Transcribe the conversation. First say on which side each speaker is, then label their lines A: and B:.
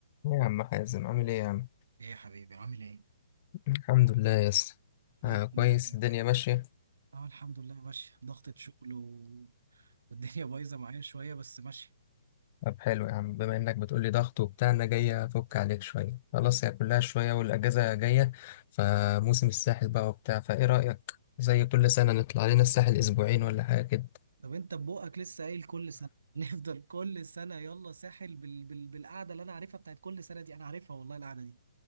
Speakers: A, on the left; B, on the right.
A: إيه يا عم حازم عامل ايه يا عم
B: ايه يا حبيبي عامل ايه؟
A: الحمد لله يا اسطى
B: ايه
A: آه
B: الدنيا
A: كويس
B: معاك؟
A: الدنيا ماشية
B: اه الحمد لله ماشي ضغطة شغل و- والدنيا <laughs> بايظة معايا شوية بس ماشي
A: طب حلو يا عم بما انك بتقولي ضغط وبتاع انا جاي افك عليك شوية خلاص هي كلها شوية والاجازة جاية فموسم الساحل بقى وبتاع فايه رأيك زي كل سنة نطلع لنا الساحل اسبوعين ولا حاجة كده
B: طب انت ببقك لسه قايل كل سنة <laughs> نفضل كل سنة يلا ساحل بال... بال... بالقعدة اللي انا عارفها بتاعت كل سنة دي انا عارفها والله القعدة دي